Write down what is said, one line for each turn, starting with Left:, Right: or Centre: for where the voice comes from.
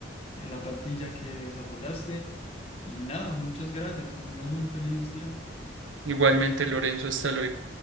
Left: la plantilla que desarrollaste. Y nada, muchas gracias. Que tengas un feliz día.
Right: Igualmente, Lorenzo, hasta luego.